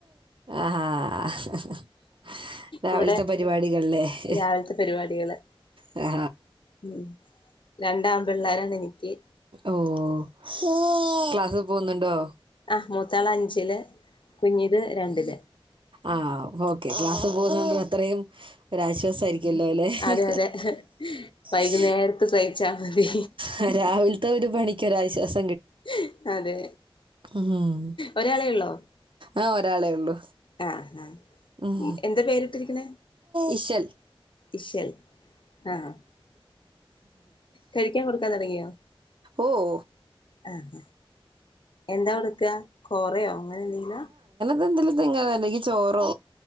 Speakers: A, on the right; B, on the left.
A: ആ ഹാ ഹ ഹ് ഹ് ഹ്. രാവിൽത്തെ
B: ഇവിടെ
A: പരിപാടികള്ലേ ഹ്
B: രാവിലത്തെ പരിപാടികള്
A: ഹ് ആ
B: ഉം മ് രണ്ടാ പിള്ളോരാണ് എനിക്ക്.
A: ഓഹ് ക്ലാസ്സ് പോന്ന്ണ്ടോ?
B: ആഹ് മൂത്താളഞ്ചില് കുഞ്ഞിത് രണ്ടില്.
A: ആ വോ ക്കെ ക്ലാസ് പോന്നോണ്ട് ത്രയും ഒരാശ്വാസയിരികൊല്ലോ ലെ ഹ്
B: അതെ അതെ വൈകുന്നേരത്ത്
A: ഹ്
B: സഹിച്ചാ മതി
A: ഹ് രാവിൽത്തോരു പണിക്കൊ ര ആശ്വാസ
B: ഹ് അതെ
A: ഉം
B: ഒരാളേ ള്ളോ?
A: ആ ഒരാളേ ഉള്ളൂ
B: ആ ആ
A: ഉം
B: എന്താ പേരിട്ടിരിക്ന്നെ
A: ഇശൽ
B: ഇശൽ ആഹ് കഴിയ്കാ ക്കൊടുക്കാ തൊടങ്ങിയോ?
A: ഓഓ
B: ആ ഹ എന്താ ഉടുക്ക കൊറയോ അങ്ങനെ ന്തെല?
A: തെന്തെല <unintelligible> ചോറോ